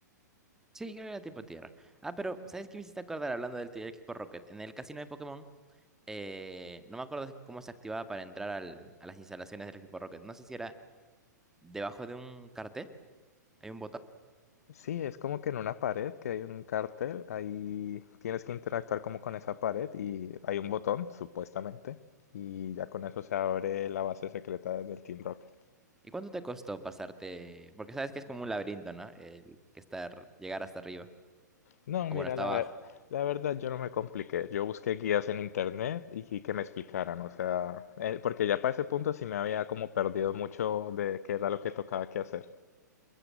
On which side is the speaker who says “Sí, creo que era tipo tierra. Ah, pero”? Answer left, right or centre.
Centre